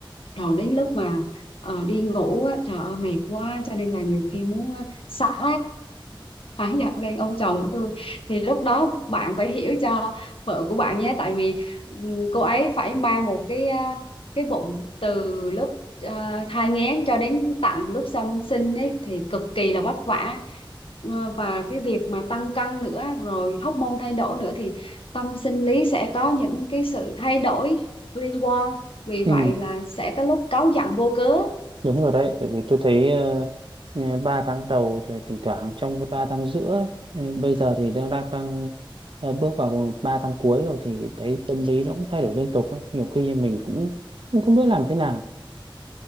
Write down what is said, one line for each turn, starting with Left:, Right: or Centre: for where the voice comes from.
Left: rồi đến lúc mà ờ, đi ngủ á, trời ơi mệt quá cho nên là nhiều khi muốn uh, xả khá nhận lên ông chồng của tôi thì lúc đó bạn phải hiểu cho vợ của bạn nhé tại vì ừ, cô ấy phải mang một cái à, cái bụng từ lúc à, thai nghén cho đến tận lúc song sinh ấy thì cực kỳ là vất vả Ờ, và cái việc mà tăng cân nữa rồi hóc môn thay đổi nữa thì tâm sinh lý sẽ có những cái sự thay đổi liên quan vì
Right: ừ
Left: vậy là sẽ có lúc cáu giận vô cớ
Right: đúng rồi đấy tại vì tôi thấy uh, 3 tháng đầu thì thỉnh thoảng trong cái 3 tháng giữa ấy, ờ, bây giờ thì đang đang, đang ờ, bước vào 3 tháng cuối rồi thì thấy tâm lý nó cũng thay đổi liên tục ấy. nhiều khi mình cũng cũng không biết làm thế nào